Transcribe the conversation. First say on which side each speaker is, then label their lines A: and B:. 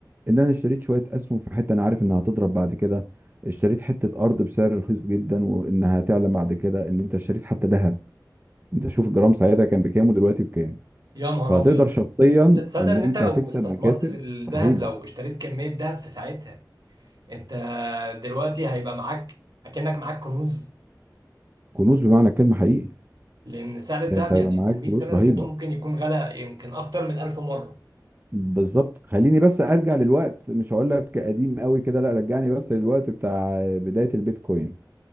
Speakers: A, on the right (about 30°); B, on the right (about 65°).
A: ان انا اشتريت شويه اسهم في حته انا عارف انها هتضرب بعد كده اشتريت حته ارض بسعر رخيص جدا وانها هتعلى بعد كده ان انت اشتريت حتى ذهب انت شوف الجرام ساعتها كان بكام ودلوقتي بكام
B: يا نهار
A: فهتقدر
B: ابيض
A: شخصيا
B: تصدق
A: ان
B: ان
A: انت
B: انت لو
A: هتكسب
B: استثمرت
A: مكاسب
B: في الذهب
A: رهيبه
B: لو اشتريت كمية ذهب في ساعتها انت دلوقتي هيبقى معاك اكنك معاك كنوز
A: كنوز بمعنى الكلمه حقيقي
B: لان سعر الذهب
A: يعني انت هيبقى
B: يعني
A: معاك
B: في المئة
A: فلوس
B: سنة
A: رهيبه
B: اللي فاتوا ممكن يكون غلى يمكن اكتر من ألف مرة
A: بالظبط خليني بس ارجع للوقت مش هقول لك قديم قوي كده لا رجعني بس للوقت بتاع بدايه البيتكوين